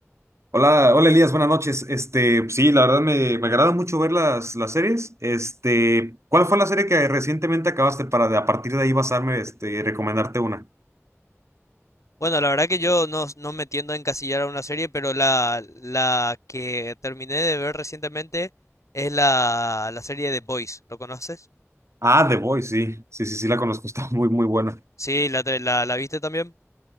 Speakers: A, on the right; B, on the left.
A: Hola, hola Elías, buenas noches. Este, pues sí, la verdad me, me agrada mucho ver las, las series. Este, ¿cuál fue la serie que recientemente acabaste para de- a partir de ahí basarme, este, y recomendarte una?
B: Bueno, la verdad que yo no, no me tiendo a encasillar a una serie, pero la, la que terminé de ver recientemente es la, la serie de Boys. ¿Lo conoces?
A: Ah, The Boys, sí, sí, sí, sí la conozco, <laughs> está muy, muy buena.
B: Sí, la, te- la, la viste también.